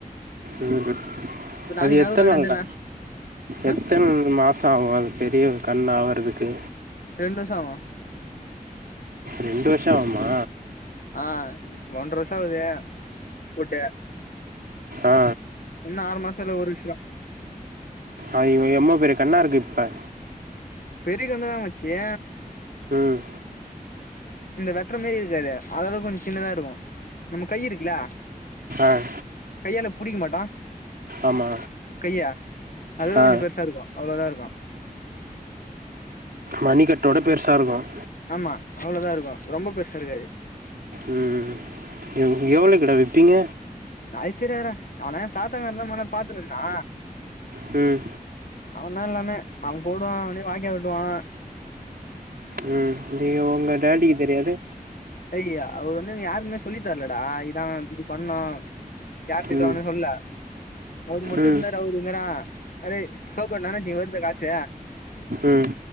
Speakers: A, on the right; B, on the left.
A: ம்
B: இப்ப நாளைக்கு
A: அது எத்த
B: கவுரு வாங்கிட்டு
A: நாள்டா
B: வந்து நா ஆ
A: எத்தன் மா சம் ஆவும் பெரிய கண் ஆவர்றதுக்கு
B: ரெண்டு வருஷம் ஆவும்
A: ரெண்டு வருஷம் ஆவுமா
B: ஆ ஒன்ற வருஷம் ஆவுது போட்டு
A: ஆ
B: இன்னம் ஆறு மாசல ஒரு விஷ
A: அ இவ எம்ம பெரிய கண்ணா இருக்கு இப்ப
B: பெரிய கண்ணு தா மாச்சிய
A: ம்
B: இந்த வெட்டுற மாரி இருக்காது அதவு கொஞ்சம் சின்னதா இருக்கும் நம்ம கை இருக்குல
A: ஆ
B: கையால புடிக்க மாட்டோம்
A: ஆமா.
B: கையா அதும்
A: ஆ.
B: கொஞ்சம் பெருசா இருக்கும் அவ்ளோ தா இருக்கும்
A: மணிக்கட்டோட பெருசா இருக்கும்
B: ஆமா அவ்ளோதா இருக்கும் ரொம்ப பெருசா இருக்காது
A: ம் எவலவுகுட விப்பீங்க
B: அது தெரியது டா அவன தாத்தாகாரன் தா மொன்ன பாத்து நின்னா
A: ம்
B: அவன் தா எல்லாமே அவன் போடுவான் அவனே வாய்க வெட்டுவான்
A: ம் நீ உங்க டாடிக்கு தெரியாது
B: அய்யா அவரு வந்து யாருக்குமே சொல்லித்தர்லடா இதுதா இப்டி பண்ணும் யாருடக்கு
A: ம்.
B: அவனு சொல்ல அவரு மட்டும்
A: ம்.
B: இருந்தாரு அவரு வந்தாரா அதே நெனைச்சி வருது காசு
A: ம்.